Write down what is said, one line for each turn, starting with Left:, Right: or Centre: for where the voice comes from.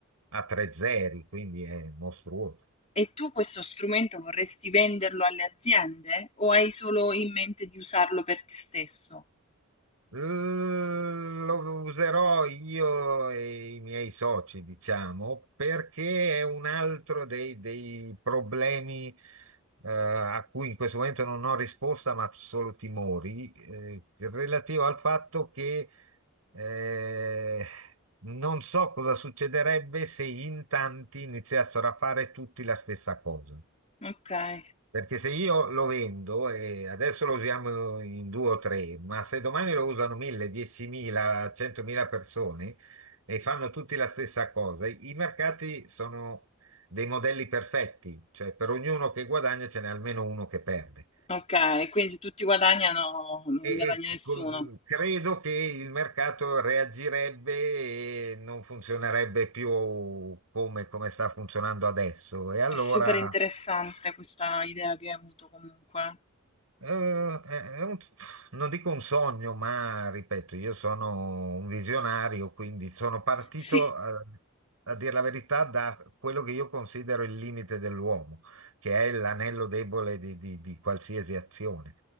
Right: a tre zeri, quindi è mostruoso.
Left: e tu questo strumento vorresti venderlo alle aziende o hai solo in mente di usarlo per te stesso?
Right: L- Lo userò io e i miei soci, diciamo, perché è un altro dei, dei problemi eh, a cui in questo momento non ho risposta, ma solo timori, eh, relativo al fatto che eh, non so cosa succederebbe se in tanti iniziassero a fare tutti la stessa cosa.
Left: Okay.
Right: Perché se io lo vendo e adesso lo usiamo in due o tre, ma se domani lo usano mille, diecimila, centomila persone e fanno tutti la stessa cosa, i mercati sono dei modelli perfetti, cioè per ognuno che guadagna ce n'è almeno uno che perde.
Left: Okay, quindi se tutti guadagnano, non
Right: E,
Left: guadagna
Right: e co-
Left: nessuno.
Right: credo che il mercato reagirebbe e non funzionerebbe più come, come sta funzionando adesso. E allora
Left: È super interessante questa idea che hai avuto comunque.
Right: Eh, è un- non dico un sogno, ma ripeto, io sono un visionario, quindi sono partito,
Left: Sì,
Right: a, a dire la verità, da quello che io considero il limite dell'uomo, che è l'anello debole di, di- di qualsiasi azione.